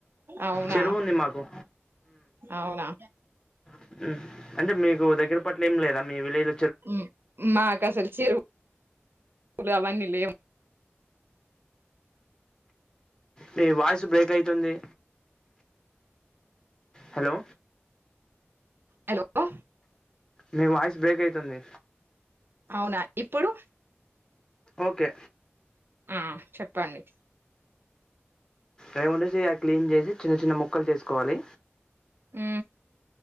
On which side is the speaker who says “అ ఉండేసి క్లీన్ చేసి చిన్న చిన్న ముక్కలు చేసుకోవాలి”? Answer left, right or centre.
Left